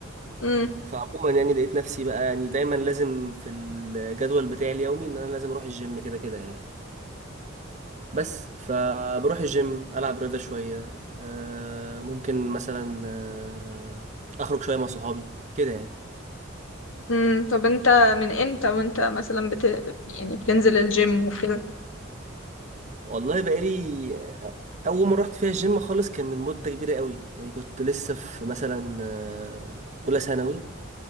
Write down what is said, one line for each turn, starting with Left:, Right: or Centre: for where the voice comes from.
Left: امم
Right: فعموما يعني لقيت نفسي بقى يعني دايما لازم في الجدول بتاعي اليومي ان انا لازم اروح الجيم كده كده يعني بس فبروح الجيم ألعب رياضة شوية آه، ممكن مثلا آه، أخرج شوية مع صحابي كده يعني
Left: امم طب انت من امتى وانت مثلا بت... يعني بتنزل الجيم وكده
Right: والله بقالي آه، أول ما رحت فيها الجيم خالص كان من مدة كبيرة قوي يعني كنت لسه في مثلا آه، أولى ثانوي